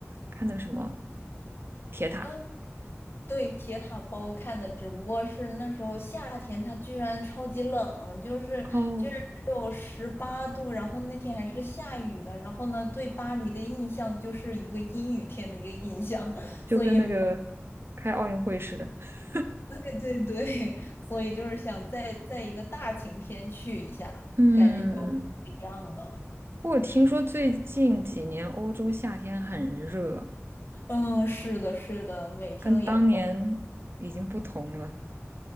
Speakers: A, on the right (about 50°); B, on the left (about 50°).
A: 看那个什么铁塔？
B: 嗯，对，铁塔包看的，只不过是那时候夏天，它居然超级冷，就是居然只有十八度，
A: 哦，
B: 然后那天还是下雨的，然后呢，对巴黎的印象就是一个阴雨天的一个印象，<laughs> 所以也没有
A: 就跟那个开奥运会似的。<laughs>
B: 对对对，<laughs> 所以就是想再在一个大晴天去一下，
A: 嗯，
B: 感觉就不一样了。
A: 我听说最近几年欧洲夏天很热，
B: 嗯，是的，是的，每天都阳光，
A: 跟当年已经不同了。